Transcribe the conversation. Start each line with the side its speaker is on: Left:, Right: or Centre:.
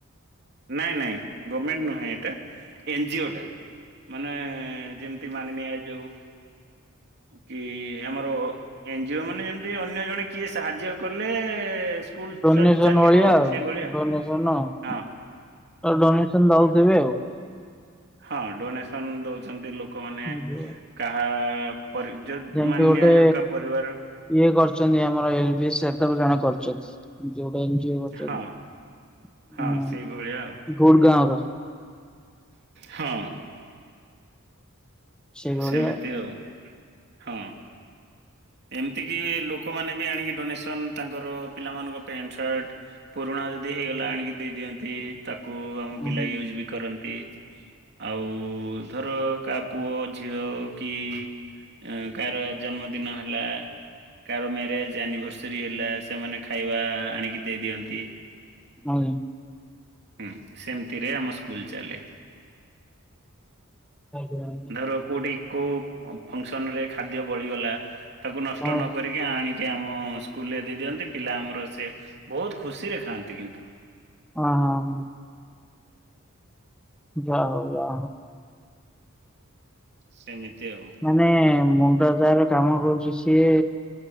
Right: ନାଇଁ ନାଇଁ ଗମେଣ୍ଟ ନୁହେଁ ଏଟା ଏନ ଜି ଓ ଟା। ମାନେ ଯେମିତି ମାନିନିଆ ଯାଉ କି ଆମର ଏନ ଜି ଓ ମାନେ ଯେମତି ଅନ୍ୟ ଜଣେ କିଏ ସାହାଯ୍ୟ କଲେ ସ୍କୁଲ
Centre: ଡୋନେସନ
Right: ଚାଲିବ
Centre: ଭଳିଆ ଆଉ
Right: ସେଇଭଳିଆ
Centre: ଡୋନେସନ ଆ
Right: ହଁ
Centre: ତ ଡୋନେସନ ଦଉଥିବେ ଆଉ।
Right: ହଁ ଡୋନେସନ ଦଉଛନ୍ତି ଲୋକମାନେ
Centre: ଯୋଉ
Right: କାହା ମୋର ଇଜ୍ଜତ
Centre: ଯେମିତି
Right: ମାନେ
Centre: ଗୋଟେ
Right: ନିଆଯାଉ କା ପରିବାରର
Centre: ଇଏ କରିଛନ୍ତି ଆମର ଏଲ ବି ସେତେବେ ଜଣେ କରିଚନ୍ତି, ଯୋଉଟା <unintelligible>
Right: ହଁ ହଁ ସେଇଭଳିଆ ଆଉ।
Centre: ଗୋଡ <unintelligible>
Right: ହଁ।
Centre: ସେଇଭଳିଆ।
Right: ସେମିତି ଆଉ ହଁ ଏମିତି କି ବି ଲୋକମାନେ ବି ଆଣିକି ଡୋନେସନ ତାଙ୍କର ପିଲାମାନଙ୍କ ପ୍ୟାଣ୍ଟ ସାର୍ଟ ପୁରୁଣା ଯଦି ହେଇଗଲା ଆଣିକି ଦେଇ ଦିଅନ୍ତି, ତାକୁ ଆମ
Centre: ହୁଁ
Right: ପିଲା
Centre: ହୁଁ,
Right: ୟୁଜ ବି କରନ୍ତି। ଆଉ ଧର କା ପୁଅ ଝିଅ କି କି? କାର ଜନ୍ମଦିନ ହେ ହେଲା କାର ମ୍ୟାରେଜ ଆନିଭର୍ସରୀ ହେଲା ସେମାନେ ଖାଇବା ଆଣିକି ଦେଇ ଦିଅନ୍ତି।
Centre: ହଉ।
Right: ହୁଁ ସେମିତିରେ ଆମ ସ୍କୁଲ ଚାଲେ।
Centre: ଆଜ୍ଞା।
Right: ଧର କୋଉଠି କୋଉ ଫଙ୍କସନରେ ଖାଦ୍ୟ ବଳିଗଲା। ତାକୁ ନଷ୍ଟ
Centre: ହଁ
Right: ନକରିକି ଆଣିକି ଆମ ସ୍କୁ ସ୍କୁଲରେ ଦେଇ ଦିଅନ୍ତି ପିଲା ଆମର ସେ ବହୁତ ଖୁସିରେ ଖାଆନ୍ତି କିନ୍ତୁ।
Centre: ହୋ ହଁ। ଯା ହଉ ହଁ।
Right: ସେମିତି ଆଉ
Centre: ମାନେ ମୁଣ୍ଡ ଯା ର କାମ କରୁଚି ସିଏ